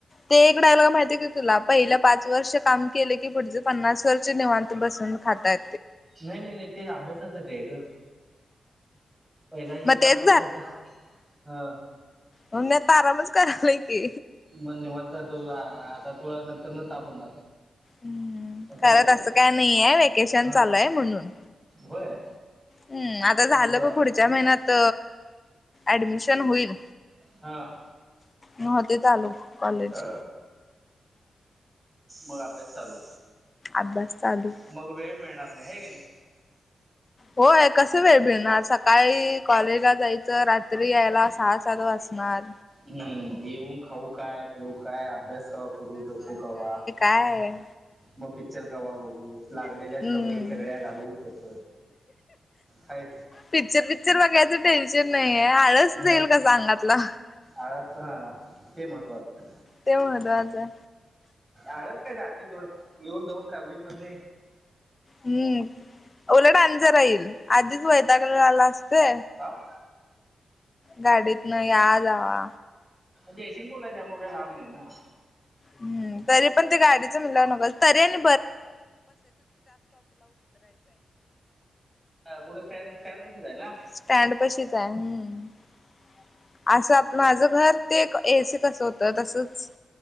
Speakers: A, on the left; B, in the centre.
A: ते एक डायलॉग माहितीय. तुला पहिले पाच वर्ष काम केले की पुढचे पन्नास वर्ष निवांत बसून खाताय.
B: नाही नाही नाही ते अभ्यासासाठी आहे ग. पहिला हे
A: मग
B: पाच
A: तेच
B: वर्षता हा.
A: म म तारामच करालाय की
B: मण निवांता त तुला आता तुळ नंतर न तापून
A: हम्म
B: असा
A: खरत
B: विषय
A: असं
B: असतो
A: काय नाही आहे वेकेशन
B: हा
A: चालू आहे म्हणून
B: होय.
A: हम्म आता झालं
B: बर
A: ग पुढच्या महिन्यात ऍडमिशन होईल.
B: हा.
A: म ते चालू. कॉलेज
B: अ मग अभ्यास चालू.
A: अभ्यास चालू.
B: मग वेळ मिळणार नाही हे की नाही
A: होय कसं वेळ भिडणार सकाळी कॉलेजला जायचं रात्री यायला सहा सात वाचणार
B: हम्म येऊ खाऊ काय पिऊ काय अभ्यास क करू झोपू कावा
A: आहेय
B: मग पिक्चर कवा बघू लागलेल्या
A: हम्म
B: सवयी सगळ्या घालवू कस काय
A: पिक्चर पिक्चर बघायचं टेन्शन नाही आहे आळच
B: हा,
A: जाईल का सांगातला
B: आळस तर हा ते महत्वाचं
A: ते महत्वाचं आहे
B: आडच काय जाते थडं येऊन जाऊन ट्रॅव्हलिंग मध
A: हम्म उओलट अांज राहील आधीच वैतागला असते
B: आह
A: गाडीत न या जावा
B: जयसिंगपूरला जा मग काही लांब नाही ना
A: हम्म तरी पण ते गाडीचं मिलणल तरी आणि य
B: ह कुठे स्टँड स्टँड बसच आहे ना
A: स्टँड पशीच आहे हम्म असं माझं घर ते एसी कसं होतं तसंच